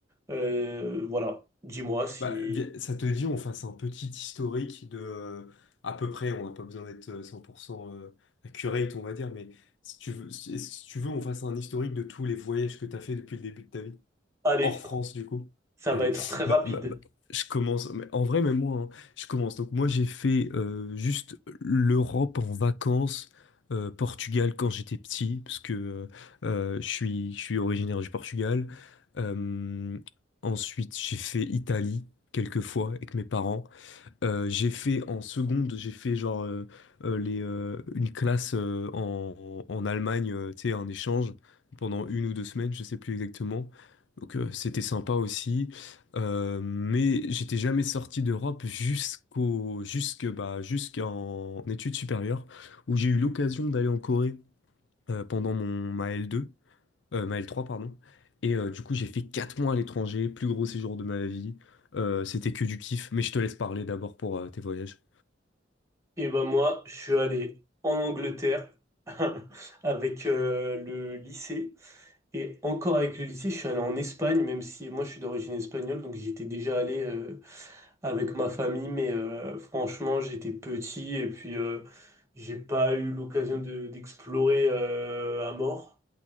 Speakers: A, on the right; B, on the left.
A: euh, voilà. Dis-moi si...
B: Bah, vi- ça te dit, on fasse un petit historique de euh, à peu près, on n'a pas besoin d'être euh, 100% euh, accurate, on va dire, mais si tu veux, si, si tu veux, on fasse un historique de tous les voyages que tu as fait depuis le début de ta vie.
A: Allez.
B: Hors France, du coup.
A: Ça
B: Allez,
A: va être très rapide.
B: bah, bah, bah, je commence. Mais en vrai, même moi, hein, je commence. Donc, moi, j'ai fait euh, juste l'Europe en vacances, euh, Portugal quand j'étais petit, parce que euh, euh, je suis, je suis originaire du Portugal. Euh, ensuite, j'ai fait Italie quelques fois avec mes parents. Euh, j'ai fait en seconde, j'ai fait genre euh, euh, les, euh, une classe euh, en, en Allemagne, euh, tu sais, un échange pendant une ou deux semaines, je sais plus exactement. Donc euh, c'était sympa aussi. Euh, mais j'étais jamais sorti d'Europe jusqu'au, jusque, bah, jusqu'en études supérieures, où j'ai eu l'occasion d'aller en Corée euh, pendant mon, ma L2. Euh, ma l trois pardon. Et euh, du coup, j'ai fait 4 mois à l'étranger, plus gros séjour de ma vie. Euh, c'était que du kiff, mais je te laisse parler d'abord pour euh, tes voyages.
A: Et ben moi, je suis allé en Angleterre <laughs> avec euh, le lycée. Et encore avec le lycée, je suis allé en Espagne, même si moi je suis d'origine espagnole, donc j'étais déjà allé euh, avec ma famille, mais euh, franchement, j'étais petit et puis euh, j'ai pas eu l'occasion de- d'explorer euh, à mort.